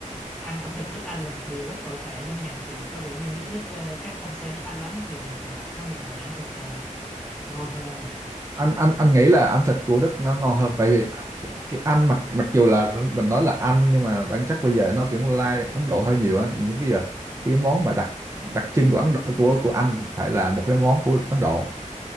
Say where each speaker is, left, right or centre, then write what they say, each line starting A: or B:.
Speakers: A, in the centre; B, on the right.
A: ăn ẩm thực nước Anh là một điều rất tồi tệ chẳng hạn thì có vẻ như nước Đức ờ, cách không xa nước Anh lắm thì thì lại có một nền ẩm thực ờ, ngon hơn anh nhỉ
B: anh anh anh nghĩ là ẩm thực của Đức nó ngon hơn tại vì cái, cái Anh mặc mặc dù là mình nói là Anh nhưng mà bản chất bây giờ nó kiểu lai Ấn Độ hơi nhiều á những cái giờ cái món mà đặc đặc trưng của Ấn Độ, của của Anh phải là một cái món của Ấn Độ